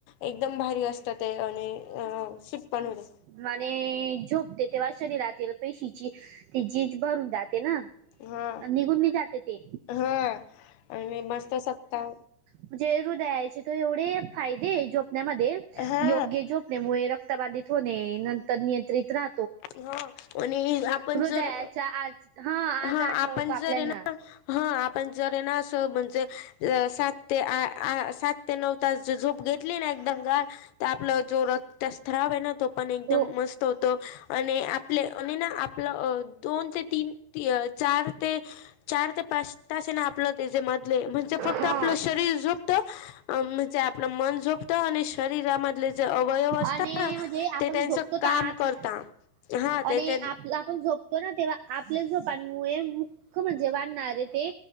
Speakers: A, on the left; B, on the right.
A: एकदम भारी असत ते आणि अ फिट पण होते
B: म झोपते तेव्हा शरीरातील पेशीची ते जीज भरून जाते ना
A: हा
B: निघून मी जाते ते
A: हा आणि मस्त सपता
B: म्हणजे हृदयाचे तर एवढे फायदे जोपण्यामध्ये
A: हा
B: योग्य जोपण्यामुळे रत रक्त बाधित होणे नंतर नियंत्रित राह
A: हा आणि आपण
B: हृदयाचा
A: जर
B: आज आज
A: हा
B: आटळतो
A: आपण
B: आपल्याना
A: जर आहे ना हा आपण जर ना असं म्हणजे सात ते आ सात ते नऊ तास झोप घेतली ना एकदम गाार तर आपला जो रता स््राव आहे ना तो पण एकदम
B: हो
A: मस्त होतो आणि आपले आप दोन ते तीन चार ते चार ते पाच त आप त्याे मधले म्हणजे फक्त
B: हा
A: आपलं शरीर झोपत म्हणजे आपलं मन झोपत आणि शरीराध ज अवयव असत
B: आणि म्हणजे आपण
A: ते त्यांच
B: झोपतो तर
A: काम
B: आप
A: करता हा
B: आणि
A: ते त्यां
B: आप आपण झोपतो ना तेव्हा आपले झोपण मु मुख्य म्हणजे वाढणारे ते